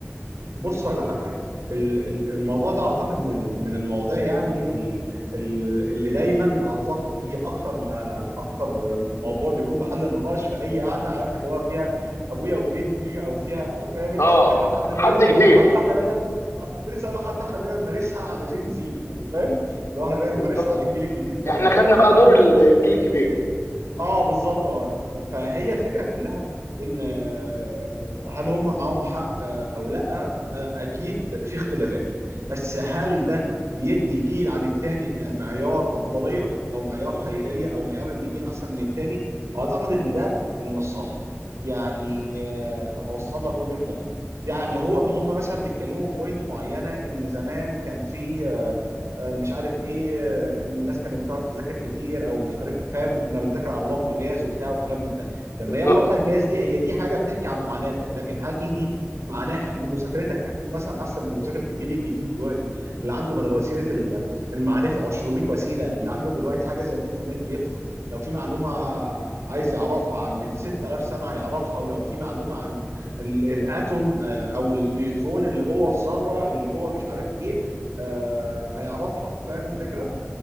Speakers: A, on the right; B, on the left.
A: بص هقول لك على حاجه ال- ال- الموضوع ده اعتقد من ال- من المواضيع يعني ال- ال- اللي دايما اعتقد هي اكتر ما اكتر موضوع بيكون محل نقاش في اي قعده عارف اللي هو فيها ابويا وجدي او فيها فاهم انت
B: اه
A: فكره حتى احنا
B: حد
A: بقينا
B: كبير
A: حتى احنا بقينا آه، كنت لسه اقول لك حتى احنا بقينا نمارسها على جين زي يعني فاهم اللي هو احنا بقينا
B: بالظبط
A: نمارسها على الجيل الجديد كمان
B: احنا خدنا بقى دور ال- الجيل الكبير
A: اه بالظبط اه فهي الفكره كلها ان آه، هل هم معاهم حق آه، او لا آه، اكيد في اختلافات بس هل ده بيدي الجيل عن التاني آه، معيار افضليه او معيار خيريه او معيار ان الجيل احسن من التاني اعتقد ان ده اللي مش صح يعني آه، هوصل لك وجهه نظر يعني هو هم مثلا بيتكلموا في بوينت معينه ان زمان كان في آه، آه، مش عارف ايه ان الناس كانت بتقعد تذاكر كتير او مش عارف فاهم كنا بنذاكر على اللمبه جاز وبتاع وكلام من ده طب
B: بالظبط
A: ما هي اللمبه الجاز دي هي دي حاجه بتحكي عن معاناتك لكن هل دي معناها ان مذاكرتك هتكون مثلا احسن من مذاكره الجيل الجديد دلوقتي اللي عنده بدل وسيله ال- المعرفه 200 وسيله اللي عنده دلوقتي حاجه زي الانترنت بيفتح لو في معلومه عايز يعرفها عن من 6000 سنه هيعرفها ولو في معلومه عن ال- الاتوم آه، او النيوترون اللي جوه الذره اللي جوه مش عارف ايه آه، هيعرفها فاهم الفكره